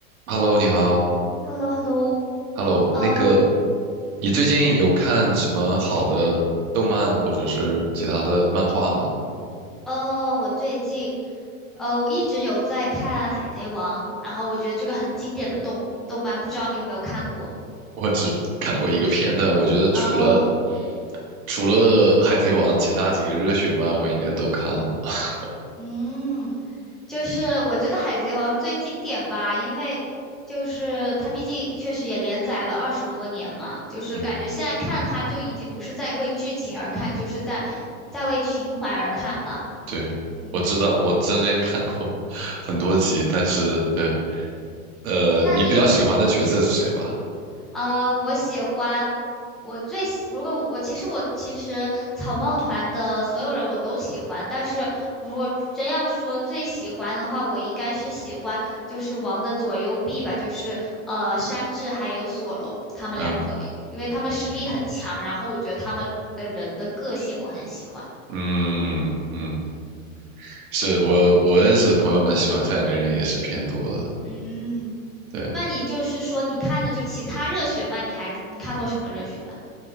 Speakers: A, on the right; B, in the centre.
A: Hello，你好。
B: h e l l o h e l l o
A: Hello，那个，
B: 呃
A: 你最近有看什么好的动漫或者是其他的漫画吗？
B: 呃，我最近呃，我一直有在看《海贼王》，然后我觉得这个很经典的动动漫，不知道你有没有看过？
A: 我只看过一个片段，我觉得除了
B: 嗯
A: 除了《海贼王》，其他几个热血漫我应该都看了。<laughs>
B: 嗯，就是我觉得《海贼王》最经典吧，因为就是它毕竟确实也连载了二十多年嘛，就是感觉现在看它就已经不是在为剧情而看，
A: 嗯，
B: 就是在在为情怀而看吧。
A: 对，
B: 嗯
A: 我知道，我中间看过 <laughs> 很多集，
B: 嗯，
A: 但是对，呃，
B: 那你？
A: 你比较喜欢的角色是谁吧？
B: 呃，我喜欢，我最喜，如果我其实我其实草帽团的所有人我都喜欢，但是如果真要说最喜欢的话，我应该是喜欢就是王的左右臂吧，就是呃山治还有索隆他们两个，
A: 啊，
B: 因为他们实力很强，
A: 嗯
B: 然后我觉得他们的人的个性我很喜欢。
A: 嗯嗯，是我我认识的朋友们喜欢这两个人也是偏多的。
B: OK，嗯，
A: 对。
B: 那你就是说你看的就其他热血漫，你还你看过什么热血漫？